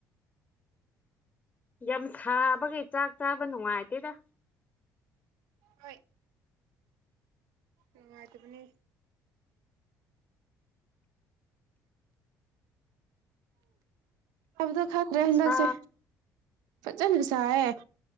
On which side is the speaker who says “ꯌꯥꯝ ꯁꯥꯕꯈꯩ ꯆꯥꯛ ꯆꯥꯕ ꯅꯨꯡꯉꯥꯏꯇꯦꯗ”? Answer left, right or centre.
Left